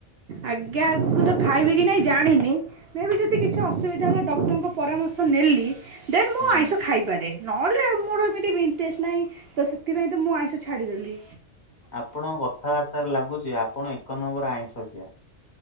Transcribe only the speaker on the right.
ଆଜ୍ଞାକୁ ତ ଖାଇବି କି ନାଇଁ ଜାଣିନି। ମେ ବି ଯଦି
କିଛି ଅସୁବିଧା ହେଲା ଡକ୍ଟରଙ୍କ ପରାମର୍ଶ ନେଲି ଦେନ୍ ମୁଁ
ଆଇଁଷ ଖାଇବି। ପାରେ ନହଲେ ମୋର ଏମିତି ଇଣ୍ଟରେଷ୍ଟ୍ ନାଇଁ ତ ସେଥିପାଇଁ ମୁଁ ଆଇଁଷ ଛାଡିଦେଲି।